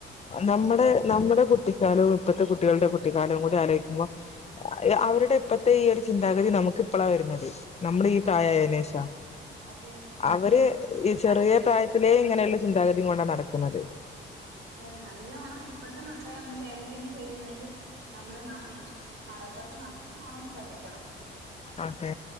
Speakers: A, on the left; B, on the right.
A: നമ്മടെ നമ്മടെ കുട്ടിക്കാലവും ഇപ്പത്തെ കുട്ടികളുടെ കുട്ടിക്കാലവും കൂടെ ആലോയ്ക്കുമ്പോ
B: ഉം
A: അവരുടെ ഇപ്പഴത്തെ ഈ ഒരു ചിന്താഗതി നമുക്ക് ഇപ്പളാ വരുന്നത്. നമ്മളീപ്രായായെ
B: അതെ
A: നേശ
B: അതെ
A: ആൾ ഇവര് ചെറിയ
B: ഭയങ്കര
A: പ്രായത്തിലേ ഇങ്ങനെയുള്ള ചിന്താഗതിയും കൊണ്ടാ നടക്ക്ണത്.
B: അതെ അതെ നല്ലോണം ഇപ്പഴത്തെ മക്കളെ നമ്മള് പേരന്റിങ് ചെയ്യുന്നതില് നമ്മള് മ മാതാപിതാക്കൾ നല്ലോണം ശ്രദ്ധിക്കണം
A: ഓക്കേ